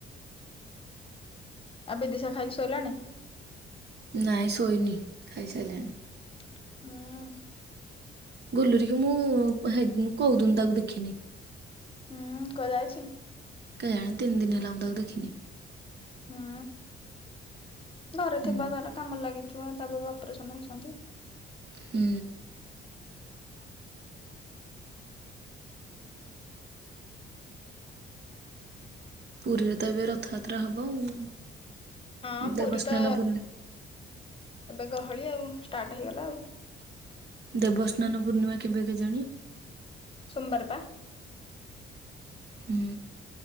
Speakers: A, on the left (about 25°); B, on the right (about 55°).
A: ଆବେ ଦିଶା ଖାଇକି ଶୋଇଲାଣି?
B: ନାଇଁ ସୋଇନି ଖାଇସାଇଲାଣି।
A: ଉଁ।
B: ଗୁଲୁରି କି ମୁଁ ହେ କଉଦୁନୁ ତାକୁ ଦେଖିନି।
A: ହୁଁ କୁଆ ଯାଇଛି?
B: କେଜାଣି ତିନ୍ ଦିନ୍ ହେଲା ମୁଁ ତାକୁ ଦେଖିନି।
A: ହୁଁ ଘରେ
B: ହୁଁ
A: ଥିବ ତାର କାମରେ ଲାଗିଥି ତା ବୋଉ ଅପରେସନ ହେଇଛନ୍ତି।
B: ହୁଁ। ପୁରୀରେ ତ ଏବେ ରଥଯାତ୍ରା ହବ ଆଉ।
A: ହଁ
B: ଦେବସ୍ନାନ
A: ପୁରୀ ତ
B: ପୂର୍ଣ୍ଣି
A: ଏବେ ଗହଳି ଆଉ, ଷ୍ଟାର୍ଟ ହେଇଗଲା ଆଉ।
B: ଦେବସ୍ନାନ ପୂର୍ଣ୍ଣିମା କେବେ କେଜାଣି?
A: ସୋମ୍ ବାରେ ପା।
B: ହୁଁ।